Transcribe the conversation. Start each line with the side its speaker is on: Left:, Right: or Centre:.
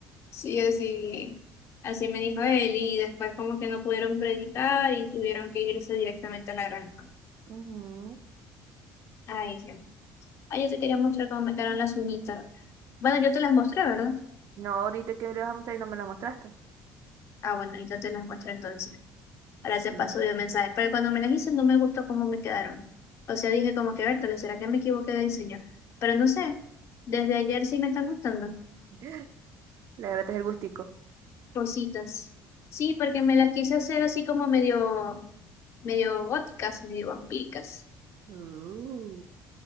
Left: Sí, así, así me dijo él, y después como que no pudieron predicar y tuvieron que irse directamente a la granja.
Right: Ujú.
Left: Ay, sí. Ay, yo te quería mostrar cómo me quedaron las uñitas. Bueno, yo te las mostré, ¿verdad?
Right: No, ahorita que me lo vas a mostrar y no me la mostraste.
Left: Ah, bueno, ahorita te las muestro entonces. Ahora
Right: Sí.
Left: te paso de mensaje. Pero cuando me las hice no me gustó cómo me quedaron. O sea, dije como que, Bertale, ¿será que me equivoqué de diseño? Pero no sé, desde ayer sí me están gustando.
Right: <laughs> Le agradeces el gustico.
Left: Rositas. Sí, porque me las quise hacer así como medio, medio góticas, medio vampíricas.
Right: Uh,